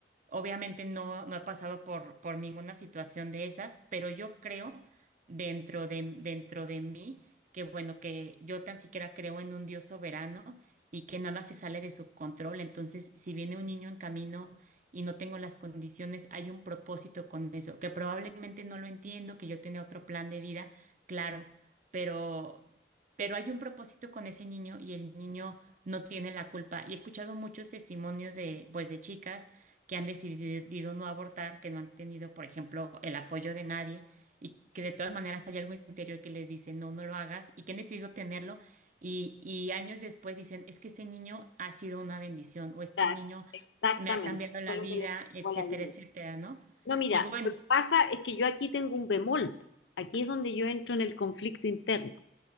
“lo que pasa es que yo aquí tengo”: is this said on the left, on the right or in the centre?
Left